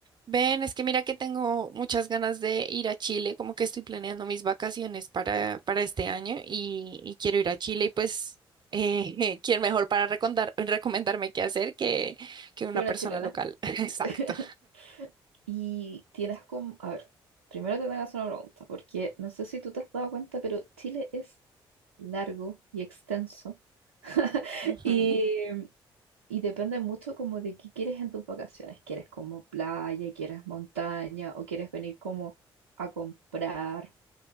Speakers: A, on the right; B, on the right.
A: Ven, es que mira que tengo muchas ganas de ir a Chile, como que estoy planeando mis vacaciones para, para este año y, y quiero ir a Chile y pues, eh, <laughs> ¿quién mejor para recondar- recomendarme qué hacer que, que una
B: Qué buena
A: persona
B: chilena.
A: local? <laughs> Exacto.
B: <laughs> Y tienes como, a ver, primero te tengo que hacer una pregunta, porque no sé si tú te has dado cuenta, pero Chile es largo y extenso <laughs>
A: Ujú.
B: y, y depende mucho como de qué quieres en tus vacaciones. ¿Quieres como playa, quieres montaña o quieres venir como a comprar?